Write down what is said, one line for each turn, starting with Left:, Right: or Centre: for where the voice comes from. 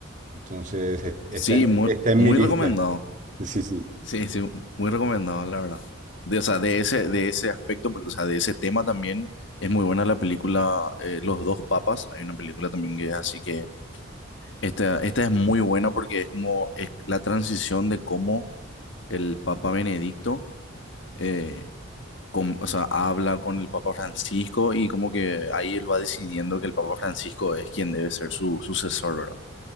Right: Entonces, es- está
Left: Sí,
Right: en,
Left: muy,
Right: está en
Left: muy
Right: mi lista.
Left: recomendado.
Right: <laughs> Sí, sí.
Left: Sí, sí, muy recomendado, la verdad. De, o sea, de ese, de ese aspecto, pero, o sea, de ese tema también es muy buena la película eh, Los dos papas. Hay una película también que es así que esta, esta es muy buena porque es como es la transición de cómo el Papa Benedicto, eh, con- o sea, habla con el Papa Francisco y como que ahí él va decidiendo que el Papa Francisco es quien debe ser su sucesor, ¿verdad?